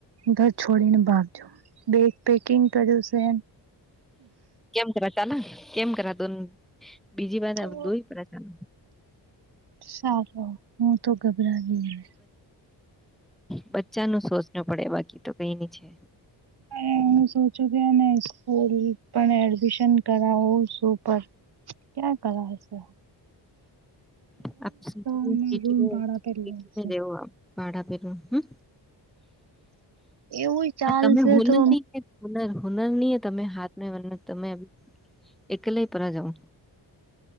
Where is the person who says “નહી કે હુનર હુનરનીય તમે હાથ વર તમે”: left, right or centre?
Centre